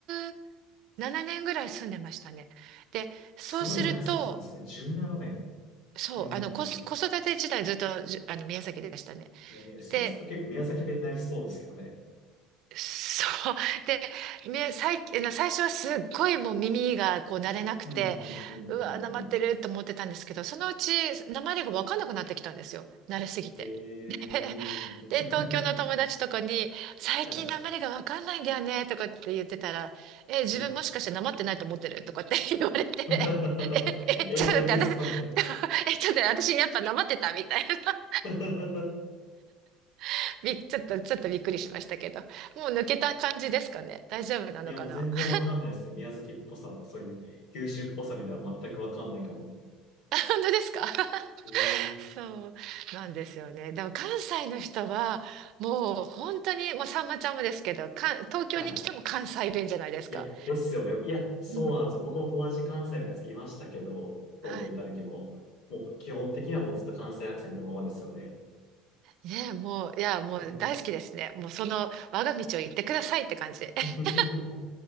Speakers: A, on the right; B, on the left.
A: う7年ぐらい住んでましたね。で、そうすると、
B: すごい長く住んでたんですね。17年。
A: そう、
B: うんうんうん。
A: あの、子、子育て時代ずっと、じあの、宮崎でしたね。
B: えー、そうすると結構宮崎弁になりそうですけどね。
A: で、そう、で、み最、あの最初はすっごいもう耳がこう慣れなくて、
B: うんうんうんうんうん。
A: うわ、なまってると思ってたんですけど、そのうち、なまりがわかんなくなってきたんですよ。慣れすぎて。
B: えー、
A: で
B: うんうんうんうん
A: で、東京の友達とかに、最近なまりがわかんないんだよね、
B: <laughs> はい。
A: とかって言ってたら、え、自分もしかしてなまってないと思ってるとかって
B: はい
A: <laughs> 言われて、
B: <laughs>
A: え、え、
B: 影響ゲストみたい
A: ちょっと待って、私、<laughs> え、ちょっと私やっぱなまってたみたいな。
B: な。
A: <laughs> び、ちょっと、ちょっとびっくりしましたけど。もう抜けた感じですかね。大丈夫なのかな
B: いや、もう全然わかんないですね。
A: <laughs>
B: 宮崎っぽさ、そういう九州っぽさみたいなの全くわかんないかも。
A: 本当ですか <laughs>
B: うーん。
A: そうなんですよね。でも関西の人は、もう本当に、もうさんまちゃんもですけど、かん、東京に来ても関西弁じゃないですか。
B: はい。いや、ですよね。いや、そうなんですよ。
A: うん。
B: 僕も友達関西のやついましたけど、東京いた時も、
A: はい
B: もう基本的にはもうずっと関西アクセントのままですよね。
A: ねえ、もう、いや、もう大好きですね。
B: え
A: もうその我が道を行ってくださいって感じで。<laughs>
B: <laughs>